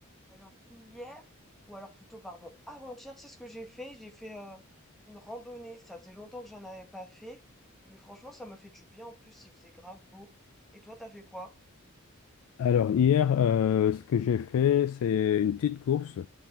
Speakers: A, in the centre; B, on the left (about 75°).
A: Alors hier, ou alors plutôt pardon, avant-hier, tu sais ce que j'ai fait? J'ai fait euh, une randonnée. Ça faisait longtemps que j'en avais pas fait, mais franchement, ça m'a fait du bien. En plus, il faisait grave beau. Et toi, t'as fait quoi?
B: Alors, hier, euh, ce que j'ai fait, c'est une petite course,